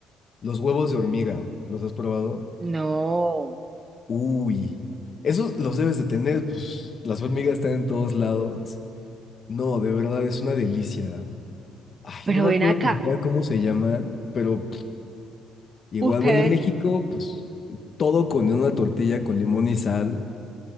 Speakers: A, on the left (about 35°); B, on the right (about 25°).
A: Los huevos de hormiga, ¿los has probado?
B: No,
A: Uy, esos los debes de tener, pues las hormigas están en todos lados. No, de verdad, es una delicia. Ay,
B: pero
A: no me
B: ven
A: acuerdo
B: acá.
A: ni siquiera cómo se llaman, pero pff, igual,
B: Ustedes,
A: bueno, en México, pues todo con una tortilla con limón y sal,